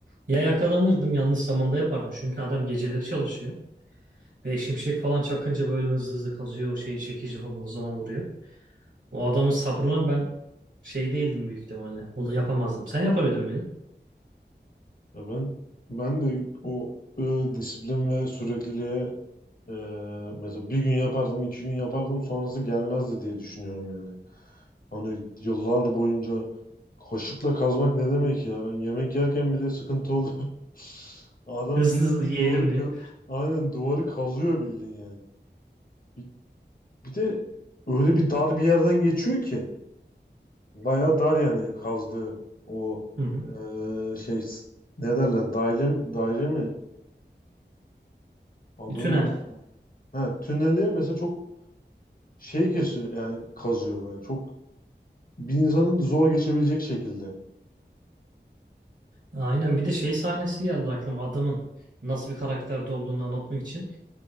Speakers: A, on the right; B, on the left.
A: Ya yakalanırdım yanlış zamanda yapardım. Çünkü adam geceleri çalışıyor. Ve şimşek falan çakınca böyle hızlı hızlı kazıyor. O şeyi çekici falan o zaman vuruyor. O adamın sabrına ben şey değildim büyük ihtimalle. O da yapamazdım. Sen yapabilir miydin?
B: Ya ben ben de o e, disiplin ve sürekliliğe e, mesela bir gün yapardım, iki gün yapardım sonrası gelmezdi diye düşünüyorum yani. Hani yıllar boyunca Kaşıkla kazmak ne demek ya? Ben yemek yerken bile sıkıntı oluyor. <laughs> Adam
A: Hızlı
B: bildiğin
A: hızlı yiyelim
B: duvarı ka-
A: diye.
B: aynen duvarı kazıyor bildiğin yani. Bir, bir de öyle bir dar bir yerden geçiyor ki. Bayağı dar yani kazdığı o
A: Hı hı.
B: eee, şey ne derler daire mi, daire mi? Adını
A: Tünel.
B: ha, tüneli mesela çok şey kesiyor yani kazıyor böyle. Çok bir insanın zor geçebilecek şekilde.
A: Aynen bir de şey sahnesi geldi aklıma. Adamın nasıl bir karakterde olduğunu anlatmak için.